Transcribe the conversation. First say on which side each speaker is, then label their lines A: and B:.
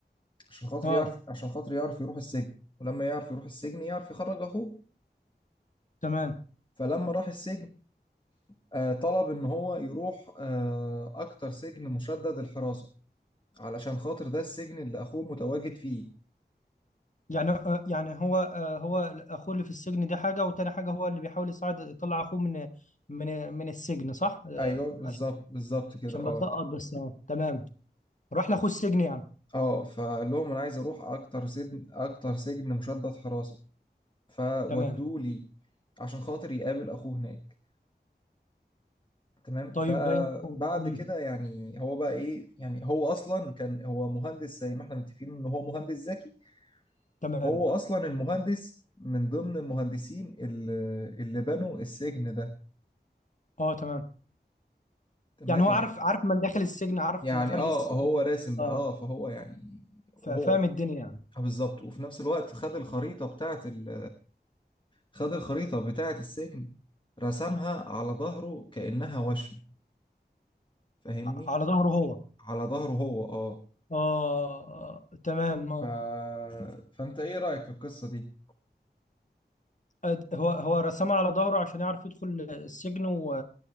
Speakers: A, on the left; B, on the left.
A: عشان خاطر
B: اه
A: يعرف عشان خاطر يعرف يروح السجن ولما يعرف يروح السجن يعرف يخرج اخوه
B: تمام
A: فلما راح السجن آه طلب ان هو يروح آه اكتر سجن مشدد الحراسة علشان خاطر ده السجن اللي اخوه متواجد فيه
B: يعني آه يعني هو آه هو اخوه اللي في السجن دي حاجة وتاني حاجة هو اللي بيحاول يساعد يطلع اخوه من من من السجن صح؟ آه
A: ايوه بالظبط
B: عشان
A: بالظبط كده
B: عشان بتلقط
A: اه
B: بس اه تمام راح لاخوه السجن يعني
A: اه فقال لهم انا عايز اروح اكتر سجن اكتر سجن مشدد حراسه فودوه
B: تمام
A: لي عشان خاطر يقابل اخوه هناك تمام
B: طيب
A: فبعد
B: باي- أمم،
A: كده يعني هو بقى ايه يعني هو اصلا كان هو مهندس زي ما احنا متفقين ان هو مهندس ذكي
B: تمام
A: هو اصلا المهندس من ضمن المهندسين اللي اللي بنوا السجن ده
B: اه تمام
A: تمام
B: يعني هو
A: يعني
B: عارف عارف من داخل السجن عارف
A: يعني
B: مخارج
A: اه
B: السجن
A: هو راسم بقى
B: اه
A: اه فهو يعني
B: ف-
A: هو
B: فاهم الدنيا يعني
A: آه، بالظبط وفي نفس الوقت خد الخريطة بتاعة ال خد الخريطة بتاعة السجن رسمها على ظهره كأنها وشم فاهمني
B: ع- على ظهره هو
A: على ظهره هو اه
B: اه آه، تمام اه
A: ف... فأنت إيه رأيك في القصة دي
B: أد- هو هو رسمها على ظهره عشان يعرف يدخل السجن و